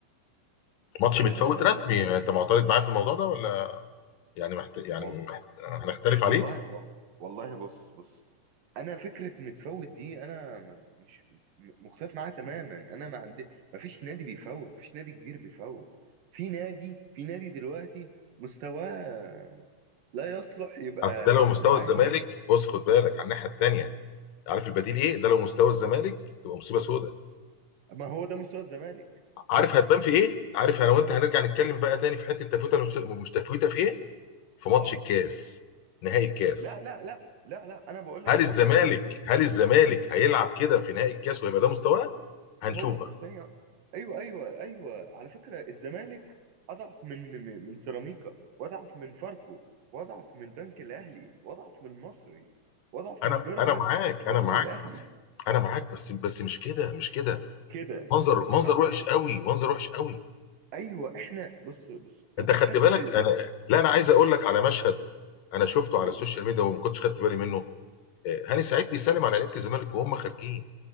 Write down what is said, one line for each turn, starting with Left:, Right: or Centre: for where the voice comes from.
Left: ماتش
Right: آه
Left: متفوت رسمي يعني انت معترض معايا في الموضوع ده ولا يعني محت... يعني
Right: وال...
Left: محت... هنختلف
Right: والله
Left: عليه
Right: وال... والله بص بص انا فكره متفوت دي انا ما- مش م- مختلف معاها تماما انا ما عندي ما فيش نادي بيفوت ما فيش نادي كبير بيفوت في نادي في نادي دلوقتي مستواه لا يصلح يبقى
Left: اصل ده لو
Right: يبقى
Left: مستوى
Right: العاشر
Left: الزمالك بص خد بالك على الناحيه الثانيه عارف البديل ايه ده لو مستوى الزمالك تبقى مصيبه سوداء
Right: <laughs> ما هو ده مستوى الزمالك
Left: عارف
Right: <laughs>
Left: هتبان في ايه عارف انا وانت هنرجع نتكلم بقى تاني في حته تفوته المس- مش تفوته في ايه في ماتش
Right: اه
Left: الكاس نهائي الكاس
Right: لا لا لا لا لا انا بقول لك
Left: هل الزمالك
Right: اهو من دلوقتي
Left: هل الزمالك هيلعب كده في نهائي الكاس ويبقى ده مستواه هنشوف
Right: هو
Left: بقى
Right: ثانية ايوه ايوه ايوه على فكرة الزمالك اضعف من من من سيراميكا واضعف من فاركو واضعف من البنك الاهلي واضعف من المصري واضعف
Left: انا
Right: من بيراميدز
Left: انا معاك انا
Right: واضعف
Left: معاك
Right: من الاهلي
Left: بس انا معاك بس بس مش كده مش كده
Right: كده
Left: منظر
Right: اسمع
Left: منظر وحش
Right: اسمع
Left: قوي منظر وحش قوي
Right: ايوه احنا بص بص
Left: انت
Right: انت
Left: خدت
Right: خدت
Left: بالك انا لا انا عايز اقول لك على مشهد انا شفته
Right: أوه.
Left: على السوشيال ميديا وما كنتش خدت بالي منه آه، هاني
Right: مم.
Left: سعيد بيسلم على لعيبه الزمالك وهم خارجين